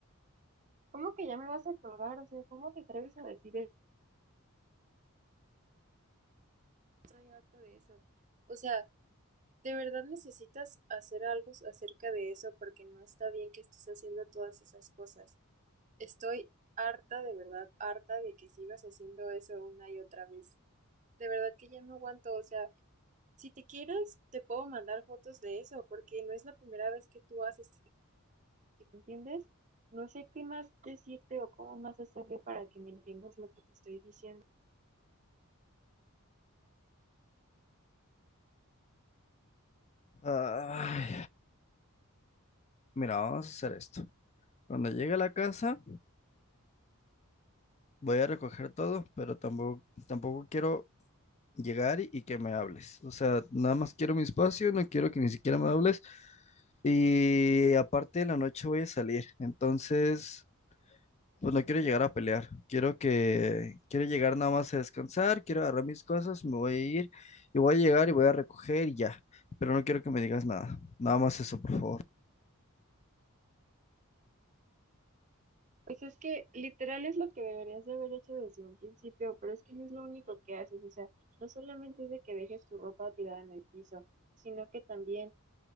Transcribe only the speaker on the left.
Ay, mira, vamos a hacer esto. Cuando llegue a la casa, voy a recoger todo, pero tampoco, tampoco quiero llegar y, y que me hables. O sea, nada más quiero mi espacio, no quiero que ni siquiera me hables. Y aparte de la noche voy a salir. Entonces, Pues no quiero llegar a pelear. Quiero que, quiero llegar nada más a descansar, quiero agarrar mis cosas, me voy a ir y voy a llegar y voy a recoger y ya. Pero no quiero que me digas nada. Nada más eso, por favor.